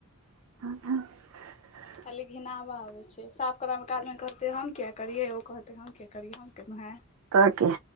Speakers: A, on the right (about 70°); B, on the left (about 30°).
A: <inaudible>
B: खाली घिनावा आबैय छैय साफ करऽ मे कहाँदैन कहतैय हम किया करियए ओ कहतैय हम किया करियै हम केलौ हैं।
A: त की।